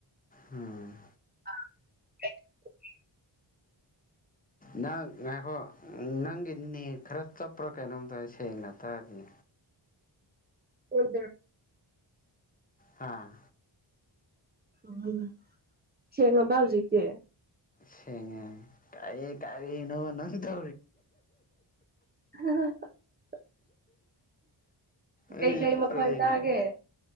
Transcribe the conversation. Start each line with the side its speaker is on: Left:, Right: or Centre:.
Left: ꯎꯝ
Right: <inaudible>
Left: ꯅꯪ ꯉꯥꯏꯈꯣ ꯅꯪꯒꯤ ꯅ ꯈꯔ ꯆꯞꯄ꯭ꯔꯥ ꯀꯩꯅꯣꯝ ꯇꯧꯔꯦ ꯁꯦꯡꯅ ꯇꯥꯔꯅꯤ
Right: ꯑꯣꯗ
Left: ꯍꯥꯥ
Right: ꯎ ꯁꯦꯡꯉꯝꯕ ꯍꯧꯖꯤꯛꯦ
Left: ꯁꯦꯡꯉ ꯀꯦ ꯀꯔꯤ ꯏꯅꯣꯕ ꯅꯁꯤ ꯇ
Right: <inaudible>
Left: ꯑꯩ
Right: ꯀꯩꯀꯩ ꯃꯈꯣꯟ
Left: ꯄꯦꯅꯤ
Right: ꯇꯥꯒꯦ